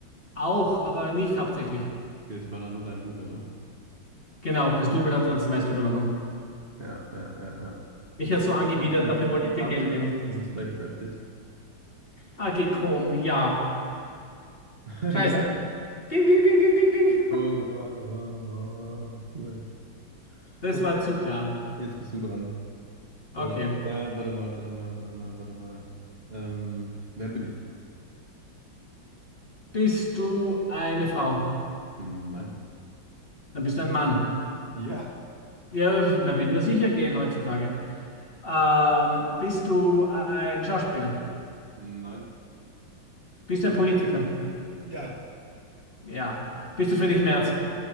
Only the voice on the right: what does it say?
Okay, das war dann nur dein Double, ne?
Ja, ja, ja, ja.
Wenn
es nicht
DiCaprio
ist, das ist vielleicht Brad Pitt.
<laughs>
Ja.
Oh, wow, wow, wow, wow, wow. cool.
Okay,
jetzt bist du dran.
Äh, ja, warte mal, warte mal, warte mal, warte mal. Ähm, wer bin ich?
Hm, nein.
Ja,
Hm, Nein.
ja,